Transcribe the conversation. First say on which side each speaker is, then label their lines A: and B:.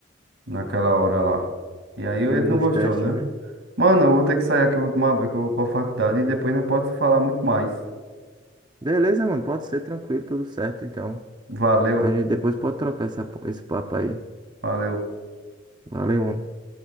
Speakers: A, on the right (about 75°); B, on the right (about 25°).
A: naquela hora lá. E aí ele
B: e um
A: não
B: dos
A: gostou,
B: testes,
A: né?
B: né?
A: Mano, eu vou ter que sair aqui, eu vou tomar banho, que eu vou pra faculdade e depois não posso falar muito mais.
B: Beleza, mano. Pode ser tranquilo, tudo certo, então.
A: Valeu,
B: A gente depois pode trocar essa, po- esse papo aí.
A: valeu.
B: Valeu, mano.